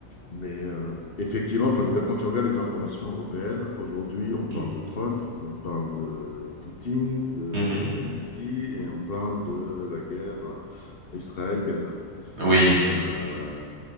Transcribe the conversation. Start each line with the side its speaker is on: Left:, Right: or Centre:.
Left: Mais euh, effectivement, enfin, je veux dire, quand tu regardes les informations européennes, aujourd'hui, on parle
Right: Mhm.
Left: de Trump, on parle de Poutine, de
Right: Mhm.
Left: Zelensky, et on parle de la guerre Israël-Gaza.
Right: Oui.
Left: Et, euh,